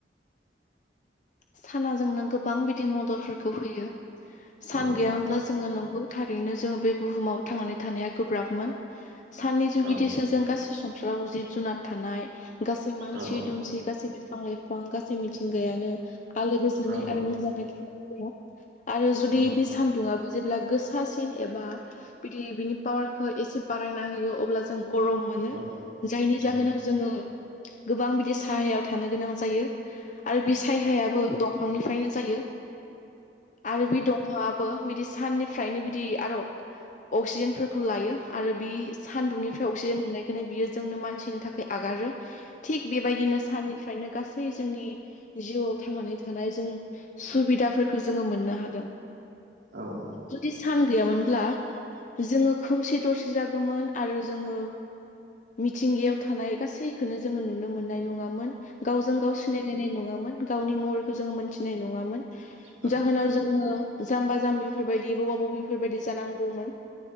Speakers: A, on the left; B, on the right.
A: साना जोंनो गोबां बिदि मददफोरखौ होयो सान
B: औ
A: गैया मोनब्ला जोङो नंगौ थारैनो जोङो बे बुहुमाव थांनानै थानाया गोब्राबमोन साननि जुगिदिस
B: औ
A: जों गासै संसाराव जिब जुनार थानाय गासै मानसि
B: औ
A: दुमसि गासै बिफां लाइफां गासै मिथिंगायानो आलो गोजोनै
B: औ
A: आरो मोजाङै थांनादङ' आरो जुदि
B: औ
A: बे सान्दुङाबो जेब्ला गोसासिन एबा बिदि बिनि पावारखौ एसे बारायना होयो अब्ला जों गरम मोनो
B: औ
A: जायनि जाहोनाव
B: औ
A: जोङो गोबां बिदि सायहायाव थानो गोनां जायो। आरो बे सायहायाबो दंफांनिफ्रायनो जायो आरो बे दं फांङाबो बिदि साननिफ्रायनो बिदि आरो अक्सिजेनफोरखौ लायो आरो बि सानदुंनिफ्राय अक्सिजेन मोननायखायनो बियो जोंनो मानसिनि थाखाय आगारो थिग बेबायदिनो साननिफ्रायनो गासै जोंनि जिउआव थांनानै थानाय जों सुबिदाफोरखौ जोङो मोननो हादों
B: औ
A: जुदि सान गैयामोनब्ला जोङो खोमसि दरसि जागौमोन आरो जोङो मिथिंगायाव थानाय गासैखोनो जोङो नुनो मोननाय नङामोन। गावजों गाव सिनायलायनाय नङामोन गावनि महरखौ जोङो मोनथिनाय नङामोन
B: औ
A: जाहोनाव जों जोङो जाम्बा जाम्बिफोरबायदि बबा बबिफोरबायदि जानांगौमोन